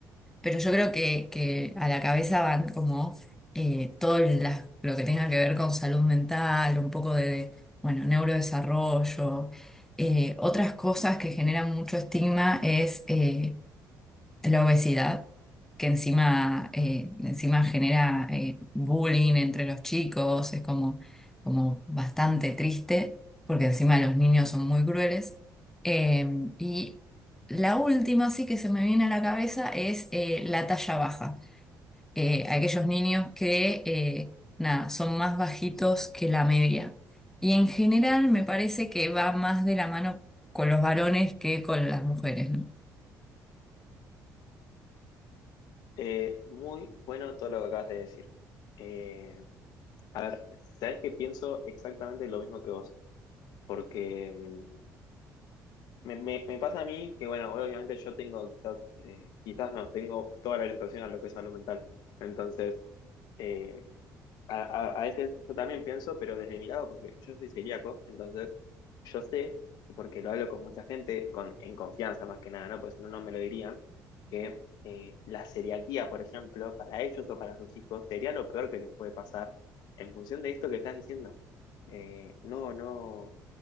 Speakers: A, in the centre; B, on the left.
A: pero yo creo que, que a la cabeza van como eh, todo la- lo que tenga que ver con salud mental, un poco de, bueno, neurodesarrollo. Eh, otras cosas que generan mucho estigma es eh, la obesidad, que encima, eh, encima genera eh, bullying entre los chicos, es como, como bastante triste, porque encima los niños son muy crueles. Eh, y la última sí que se me viene a la cabeza es eh, la talla baja, Eh, aquellos niños que eh, nada, son más bajitos que la media. Y en general me parece que va más de la mano con los varones que con las mujeres, ¿no?
B: Eh, muy bueno todo lo que acabas de decir. Eh, a ver, sabes que pienso exactamente lo mismo que vos, porque mm, Me, me- me pasa a mí que, bueno, obviamente yo tengo quizás, eh, quizás no, tengo toda la orientación a lo que es salud mental. Entonces, eh, a, a- a veces yo también pienso, pero desde mi lado, porque yo soy celíaco, entonces yo sé, y porque lo hablo con mucha gente, con, en confianza más que nada, ¿no? Porque si no, no me lo dirían, que eh, la celiaquía, por ejemplo, para ellos o para sus hijos, sería lo peor que les puede pasar en función de esto que estás diciendo. Eh, no, no